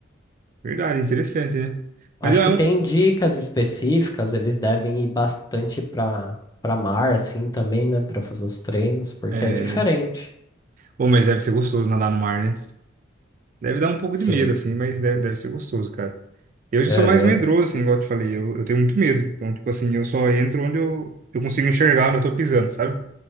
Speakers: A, on the right; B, on the left.
A: Verdade, interessante, né?
B: Acho
A: Mas é
B: que
A: um.
B: tem dicas específicas, eles devem ir bastante pra, pra mar, assim, também, né, pra fazer os treinos, porque
A: É...
B: é diferente.
A: Bom, mas deve ser gostoso nadar no mar, né? Deve dar um pouco
B: Sim,
A: de medo, assim, mas deve, deve ser gostoso, cara. Eu já
B: aham,
A: sou mais medroso, assim, igual eu te falei, eu, eu tenho muito medo. Então, tipo assim, eu só entro onde eu, eu consigo enxergar onde eu tô pisando, sabe?